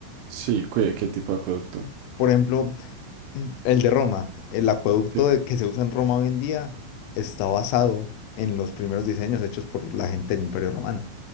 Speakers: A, on the right (about 75°); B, on the left (about 85°).
A: sí, ¿qué, qué tipo de acueducto?
B: Por ejemplo, Mm, El de Roma, el acueducto
A: Sí,
B: de- que se usa en Roma hoy en día está basado en los primeros diseños hechos por la gente del Imperio Romano,